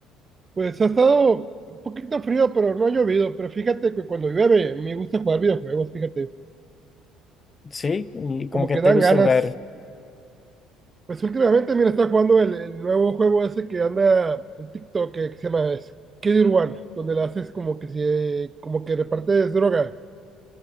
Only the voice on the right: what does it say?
Pues ha estado un poquito frío, pero no ha llovido. Pero fíjate que cuando llueve me gusta jugar videojuegos, fíjate,
como
que
dan
ganas.
Pues últimamente, mira, está jugando el, el nuevo juego ese que anda en TikTok que se llama Skid One, donde le haces como que se, como que repartes droga.